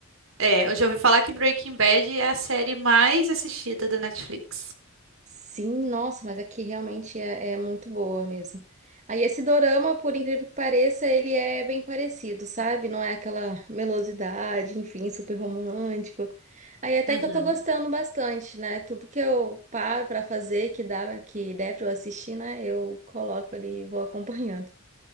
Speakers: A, on the right; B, on the right.
A: É, eu já ouvi falar que Breaking Bad é a série mais assistida da Netflix.
B: Sim, nossa, mas aqui realmente é, é muito boa mesmo. Aí esse dorama, por incrível que pareça, ele é bem parecido, sabe? Não é aquela melosidade, enfim, super romântico. Aí até
A: Uhum.
B: que eu tô gostando bastante, né? Tudo que eu paro pra fazer, que dá, que der pra eu assistir, né? Eu coloco ali e vou <laughs> acompanhando.